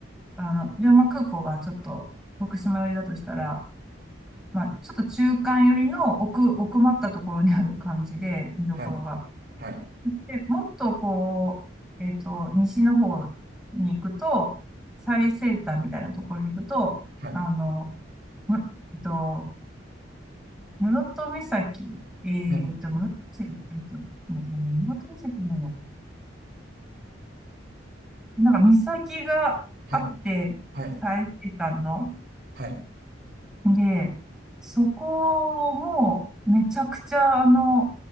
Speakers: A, in the centre; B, on the right (about 55°).
A: あの、龍馬空港がちょっと徳島寄りだとしたら、まあ、ちょっと中間寄りの奥、奥まったところにある感じで、見どころが。
B: はい。はい、
A: で、もっとこう、えっと、西の方に行くと、最西端みたいなところに行くと、
B: はい、
A: あの、む、えっと、室戸岬、えっと、
B: はい、
A: 室戸岬、えっと、待ってごめん室戸岬じゃないな。なんか岬があって、
B: はい、はい、
A: 最西端の、
B: はい、
A: で、そこも、めちゃくちゃ、あの、